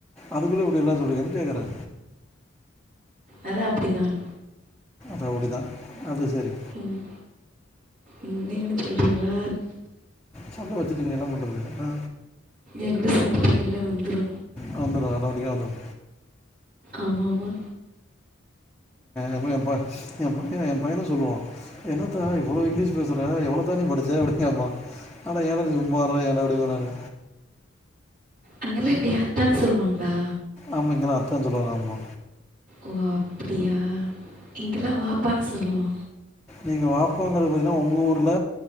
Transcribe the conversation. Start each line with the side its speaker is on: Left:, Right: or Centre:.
Centre: அதுக்குள்ளே எப்டி எல்லா சொல்றீங்கன்னு கேக்குறே
Right: அது அப்டிதான்
Centre: ரவுடிதா அது சேரி
Right: ம் ம் நீங்களு சொல்றீங்களா
Centre: சொல்ல வெச்சிடிங்களே என்ன பண்றது ஆ
Right: எங்கூட சேர்ந்த்துட்டீங்கள்ளே வந்துறு
Centre: வந்துரு அடோமேடிக்கா வந்துரு
Right: ஆமா ஆமா
Centre: எப்டி எ அப்பா எ பைய எ பையனே சொல்லுவா என்னத்தா இவ்வளோ இங்கிலீஷ் பேசுற எவ்ளோத்தா நீ படிச்ச அப்டி கேப்பா ஆனா எடா லீவ் போட்ற எடா இப்டி நானு
Right: அங்க எல்லா எப்டி அத்தான்னு சொல்லுவாங்களா
Centre: ஆமா இங்கெல்லா அத்தான் சொல்லுவாங்க ஆமா
Right: ஓ அப்டியா இங்கெல்லா வாப்பான்னு சொல்லுவோ
Centre: நீங்க வாப்பாங்குறது பாத்தின்னா உங்க ஊர்ல